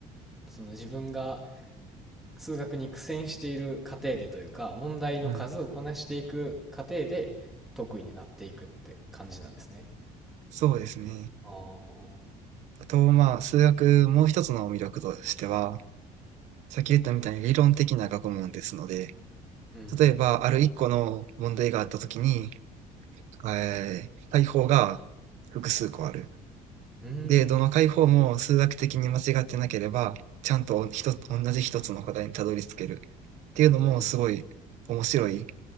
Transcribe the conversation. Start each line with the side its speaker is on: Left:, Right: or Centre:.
Centre: その自分が数学に苦戦している過程でというか、問題の数をこなしていく過程で得意になっていくって感じなんですね。
Right: うん。そうですね。
Centre: ああ、
Right: あと、まあ、数学、もう一つの魅力としては、さっき言ったみたいに理論的な学問ですので、
Centre: うん、
Right: 例えば、ある一個の問題があったときに、えー、対法が複数個ある。
Centre: うん、
Right: で、どの解法も数学的に間違ってなければ、ちゃんと一つ、同じ一つの答えにたどり着けるっていうのもすごい面白い、
Centre: うん、